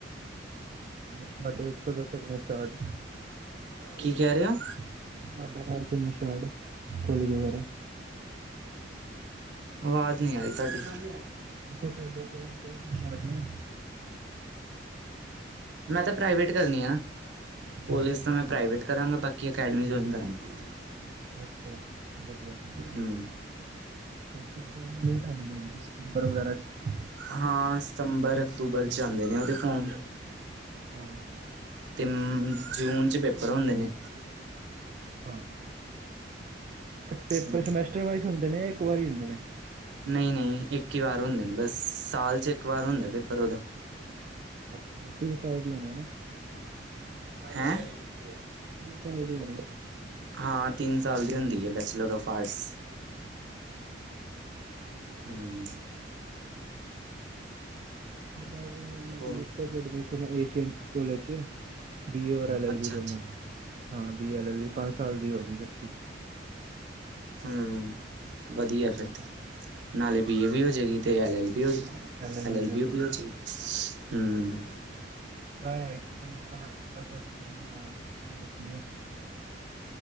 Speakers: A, on the right (about 40°); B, on the right (about 75°).
A: ਹੋਰ ਤੁਹਾਡੇ ਕਦੋਂ ਤੱਕ ਨੇ ਸਟਾਰਟ?
B: ਕੀ ਕਹਿ ਰਹੇ ਹੋ?
A: ਤੁਹਾਡੇ ਕਦੋਂ ਤੱਕ ਨੇ ਸਟਾਰਟ ਕੋਲੇਜ ਵਗੈਰਾ‌?
B: ਆਵਾਜ਼ ਨਹੀਂ ਆਈ ਤੁਹਾਡੀ।
A: ਮੈਂ ਕਿਹਾ ਤੁਹਾਡੇ ਕੋਲਜ ਕਦੋਂ ਤੋਂ ਸਟਾਰਟ ਨੇ?
B: ਮੈਂ ਤਾਂ ਪ੍ਰਾਈਵੇਟ ਕਰਨੀ ਆ, ਕੋਲੇਜ
A: ਅੱਛਾ ਅੱਛਾ
B: ਤਾਂ ਮੈਂ ਪ੍ਰਾਈਵੇਟ ਕਰਾਂਗਾ ਬਾਕੀ ਬਾਕੀ ਅਕੈਡਮੀ ਜੋਇਨ ਕਰਾਂਗਾ।
A: ਅੱਛਾ, ਵਧੀਆ ਗੱਲ।
B: ਹੂੰ।
A: ਫਿਰ ਤੇ ਫੋਮ ਲੇਟ ਆਣਗੇ ਸਤੰਬਰ ਵਗੈਰਾ ਚ।
B: ਹਾਂ ਸਤੰਬਰ ਅਕਤੂਬਰ ਚ ਆਂਦੇ ਨੇ ਉਹਦੇ ਫੋਮ‌।
A: ਹਾਂ ਹਾਂ
B: ਤੇ ਜੂਨ ਚ ਪੇਪਰ ਹੁੰਦੇ ਨੇ‌।
A: ਹਾਂ, ਪੇਪਰ
B: ਹੂੰ
A: ਸਮੈਸਟਰਜ਼ ਵਾਈਸ ਹੁੰਦੇ ਨੇ ਇੱਕ ਵਾਰੀ ਹੁੰਦੇ ਨੇ?
B: ਨਈ ਨਈ ਇੱਕ ਹੀ ਵਾਰ ਹੁੰਦੇ ਨੇ ਬਸ, ਸਾਲ ਚ ਇੱਕ ਵਾਰ ਹੁੰਦਾ ਪੇਪਰ ਉਹਦਾ।
A: ਅੱਛਾ, ਤਿੰਨ ਸਾਲ ਦੀ ਹੋਣੇ‌‌ ਨਾ।
B: ਹੈਂ? ਕਿੱਥੇ ਹੈ?
A: ਤਿੰਨ ਸਾਲ ਦੀ ਹੋਣੀ?
B: ਹਾਂ ਤਿੰਨ ਸਾਲ ਦੀ ਹੁੰਦੀ ਹੈ ਬੈਚਲਰ ਆਫ ਆਰਟਸ।
A: ਹਾਂ ਚਲੋ ਵਦੀਆ।
B: ਹਮ
A: ਮੈ ਵੀ ਹੁਨ
B: ਹੋਰ
A: ਲਿੱਤਾ ਸੀ ਐਡਮਿਸ਼ਨ ਏਸ਼ੀਅਨ ਕੋਲੇਜ ਚ। ਬੀ ਏ ਔਰ ਐਲ ਐਲ
B: ਅੱਛਾ
A: ਬੀ ਦੋਨੋ,
B: ਅੱਛਾ
A: ਹਾਂ ਬੀਏ ਐਲ ਐਲ ਬੀ ਪੰਜ ਸਾਲ ਦੀ ਹੋ ਗਈ ਇਕੱਠੀ।
B: ਹੂੰ, ਵਦੀਆ ਫੇਰ
A: ਹਾਂ
B: ਤੇ। ਨਾਲੇ ਬੀ ਏ ਵੀ
A: ਬਸ
B: ਹੋ
A: ਉਹ
B: ਜਾਏਗੀ ਅਤੇ ਐੱਲ ਐੱਲ ਬੀ ਹੋ ਜਾਗੀ
A: ਹਾਂ L L
B: L L B
A: ਜਾਏਗੀ
B: ਵੀ ਹੋ ਜਾਵੇਗੀ। ਹੂੰ
A: ਬਏ ਹੈ ਕਿ ਏਂਕ ਵਾਰੀ ਸਟਾਰਟ ਤੱਕ ਹਾਂ ਮਤਲਬ ਕੀ ਏ